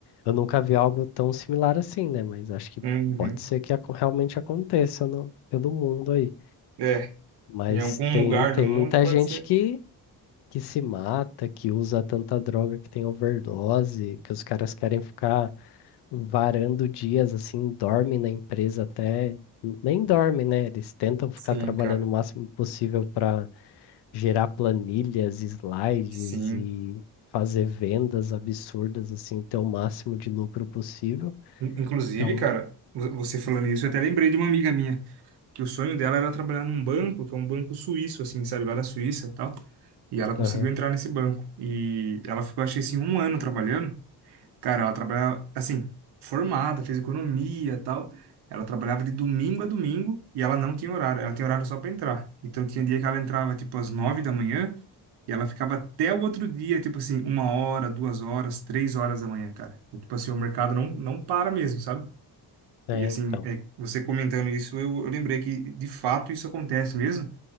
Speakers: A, on the left; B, on the right.
A: eu nunca vi algo tão similar assim, né? Mas acho que
B: Uhum.
A: pode ser que acon- realmente aconteça no- pelo mundo aí.
B: É,
A: Mas
B: em algum
A: tem,
B: lugar
A: tem
B: do mundo
A: muita
B: pode
A: gente
B: ser.
A: que, que se mata, que usa tanta droga que tem overdose, que os caras querem ficar varando dias assim, dorme na empresa até. Nem dorme, né? Eles tentam ficar
B: Sim,
A: trabalhando
B: cara.
A: o máximo possível para gerar planilhas, slides
B: Sim.
A: e fazer vendas absurdas, assim, ter o máximo de lucro possível.
B: In- Inclusive,
A: Então,
B: cara, vo- você falando isso, eu até lembrei de uma amiga minha, que o sonho dela era trabalhar num banco, que é um banco suíço, assim, sabe, lá da Suíça e tal. E ela conseguiu
A: aham,
B: entrar nesse banco. E ela ficou, acho que assim, um ano trabalhando. Cara, ela trabalhava, assim, formada, fez economia e tal. Ela trabalhava de domingo a domingo e ela não tinha horário. Ela tinha horário só pra entrar. Então tinha dia que ela entrava, tipo, às nove da manhã e ela ficava até o outro dia, tipo assim, uma hora, duas horas, três horas da manhã, cara. Então, tipo assim, o mercado não, não para mesmo, sabe?
A: é,
B: E assim,
A: então,
B: é, você comentando isso, eu, eu lembrei que de fato isso acontece mesmo.